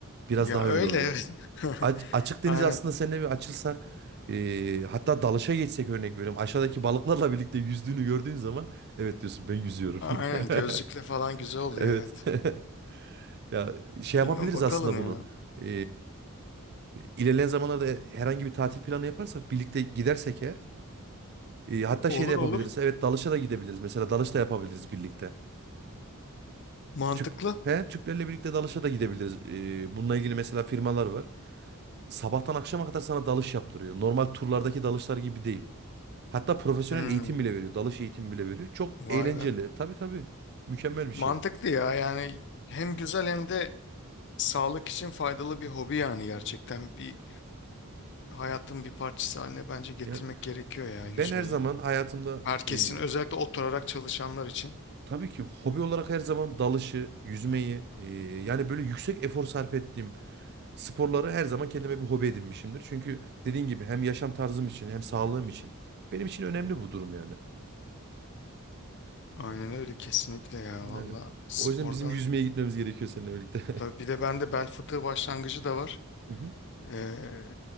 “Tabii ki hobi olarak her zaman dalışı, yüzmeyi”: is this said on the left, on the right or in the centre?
Right